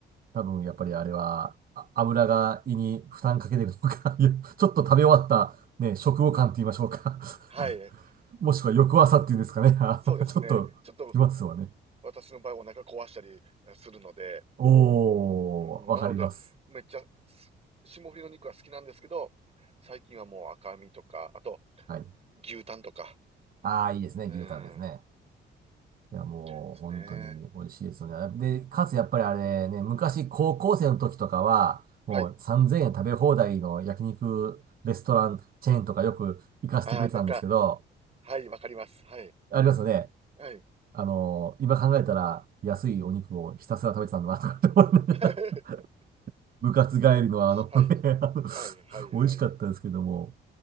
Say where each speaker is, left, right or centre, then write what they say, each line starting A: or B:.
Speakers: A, on the right (about 45°); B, on the right (about 30°).
A: 多分やっぱりあれは、あ油が胃に負担かけてるのか
B: うん。
A: <laughs> いやちょっと食べ終わった、ね、食後感って言いましょうか
B: はい。
A: <laughs> もしくは翌朝っていうんですかね <laughs> あのちょっときますわね。
B: そうですね。ちょっと、私の場合、お腹壊したりするので、
A: おー、
B: うん。
A: わかります。
B: なので、めっちゃ、す霜降りの肉は好きなんですけど、最近はもう赤身とか、あと、
A: はい。
B: 牛タンとか、
A: ああ、いいですね。
B: うん。
A: 牛タンですね。いや、もう、
B: ですね。
A: 本当に美味しいですよね。で、かつやっぱりあれね、昔高校生の時とかは、もう3000円食べ放題の焼肉レストランチェーンとかよく行かせてくれてたんですけど、
B: はい。ああ、なんか、はい、わかります。はい。
A: ありますよね。
B: はい。
A: あの、今考えたら安いお肉をひたすら食べてたんだなとかって思いながら、
B: <laughs>
A: <laughs> 部活帰りのあのね、
B: はい。
A: あの、
B: はい、はい、はい。
A: 美味しかったですけども。